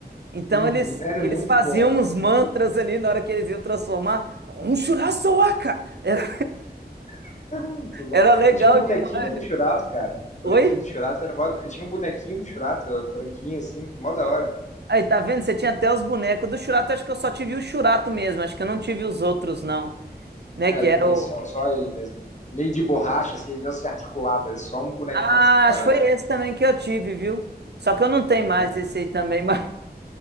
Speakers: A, on the right (about 80°); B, on the left (about 45°).
A: Então
B: Uhum,
A: eles,
B: Era
A: eles
B: muito
A: faziam
B: bom.
A: uns mantras ali na hora que eles iam transformar. Um Shurasoaka! <laughs> Era,
B: <laughs> Muito bom.
A: era legal
B: Eu tinha um bonequinho
A: demais.
B: do Churato, cara. O bonequinho
A: Oi?
B: do Churato era mó... Eu tinha um bonequinho do Churato, eh, branquinho, assim, mó da hora.
A: Aí, tá vendo? Você tinha até os bonecos. Do Churato, acho que eu só tive o Churato mesmo. Acho que eu não tive os outros, não. Né?
B: É,
A: Que
B: eu
A: era
B: também,
A: o.
B: só, só ele mesmo. Meio de borracha, assim, ele não se articulava, era só um bonecão,
A: Ah,
B: assim, paradinho.
A: acho que foi esse também que eu tive, viu? Só que eu não tenho
B: É.
A: mais esse aí também, <laughs> mas,